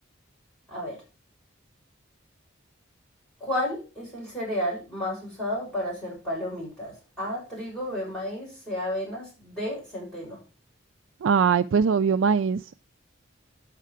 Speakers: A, in the centre; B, on the right.
A: a ver. ¿Cuál es el cereal más usado para hacer palomitas? A, trigo, B, maíz, C, avenas, D, centeno.
B: Ay, pues obvio, maíz.